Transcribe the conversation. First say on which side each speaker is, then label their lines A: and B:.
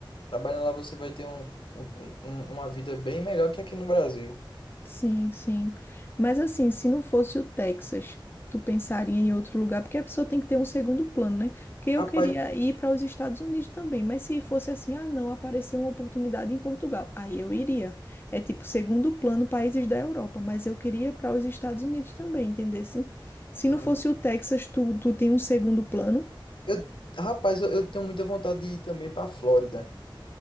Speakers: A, on the left; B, on the left.
A: trabalhando lá você vai ter um, um- um- uma vida bem melhor que aqui no Brasil.
B: Sim, sim. Mas assim, se não fosse o Texas, tu pensaria em outro lugar, porque a pessoa tem que ter um segundo plano, né? Porque eu
A: Rapaz,
B: queria ir para os Estados Unidos também, mas se fosse assim, ah, não, apareceu uma oportunidade em Portugal, aí eu iria. É tipo segundo plano países da Europa, mas eu queria para os Estados Unidos também, entendesse? Se não
A: Aham.
B: fosse o Texas, tu, tu tem um segundo plano.
A: eu, rapaz, eu, eu tenho muita vontade de ir também para Flórida,